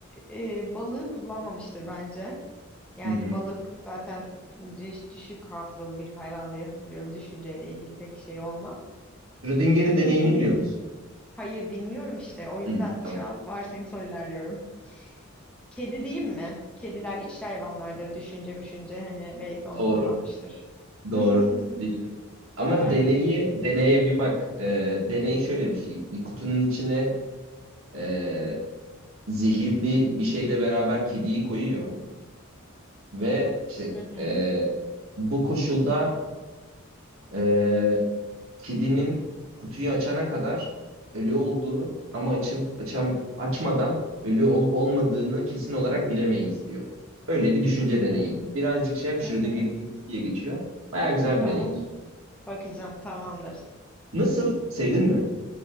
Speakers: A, in the centre; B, on the right.
A: e, balığı kullanmamıştır bence. Yani
B: Hı hı.
A: balık zaten düş- düşük hafızalı bir hayvan diye hatırlıyorum. Düşünceyle ilgili pek şey olmam.
B: Schrödinger'in
A: Kedi
B: deneyini
A: değil.
B: biliyor musun?
A: Hayır bilmiyorum işte. O yüzden
B: Hı, tamam.
A: şu an varsayımsal ilerliyorum. Kedi diyeyim mi? Kediler içli hayvanlardır. Düşünce müşünce hani belki onu
B: Doğru.
A: kullanmıştır.
B: Doğru.
A: <laughs>
B: Bildi. Ama
A: Süper.
B: deneyi, deneye bir bak. Ee, deney şöyle bir şey. Bir kutunun içine e, zehirli bir şeyle beraber kediyi koyuyor ve işte
A: Hı hı.
B: e, bu koşulda e, kedinin kutuyu açana kadar ölü olduğu ama açıp açam, açmadan ölü olup olmadığını kesin olarak bilemeyiz diyor. Öyle bir düşünce
A: Hmm.
B: deneyi. Birazcık şey yap Schrödinger'in
A: Hı hı.
B: kedisi diye geçiyor. Baya güzel
A: Tamam.
B: bir deneydir.
A: Bakacağım. Tamamdır.
B: Nasıl? Sevdin mi?